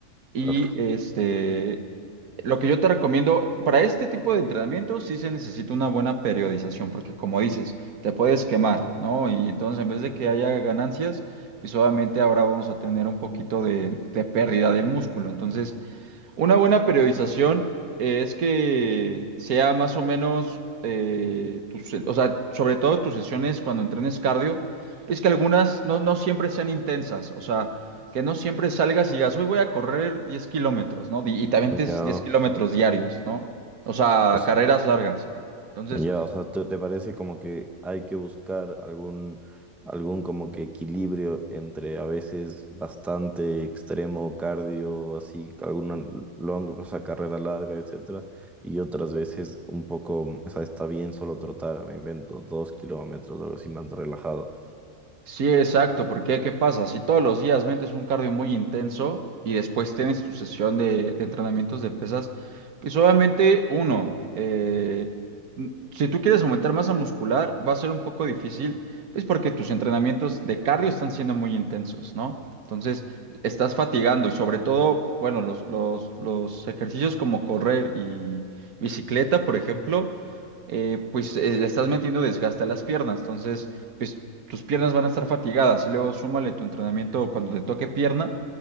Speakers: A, on the right; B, in the centre.
A: Y
B: Claro.
A: este, lo que yo te recomiendo para este tipo de entrenamiento sí se necesita una buena periodización, porque como dices, te puedes quemar, ¿no? Y entonces en vez de que haya ganancias, pues obviamente ahora vamos a tener un poquito de, de pérdida del músculo. Entonces, una buena periodización es que sea más o menos, eh, tus, o sea, sobre todo tus sesiones cuando entrenes cardio, es que algunas no, no siempre sean intensas, o sea, que no siempre salgas y digas, hoy voy a correr 10 kilómetros, ¿no? Di- Y también
B: Ya,
A: te avientes 10 kilómetros diarios, ¿no? O sea,
B: o s-
A: carreras largas. Entonces,
B: ya, o sea, ¿te, te parece como que hay que buscar algún, algún como que equilibrio entre a veces bastante extremo cardio, así, alguna long, o sea, carrera larga, etcétera, y otras veces un poco, mm, o sea, está bien solo trotar, me invento, dos kilómetros, algo así más relajado.
A: Sí, exacto, porque ¿qué pasa? Si todos los días metes un cardio muy intenso y después tienes tu sesión de, de entrenamientos de pesas, pues obviamente uno, eh, n- si tú quieres aumentar masa muscular va a ser un poco difícil, pues porque tus entrenamientos de cardio están siendo muy intensos, ¿no? Entonces estás fatigando y sobre todo, bueno, los, los, los ejercicios como correr y bicicleta, por ejemplo, eh, pues eh, le estás metiendo desgaste a las piernas, entonces pues tus piernas van a estar fatigadas y luego súmale tu entrenamiento cuando te toque pierna,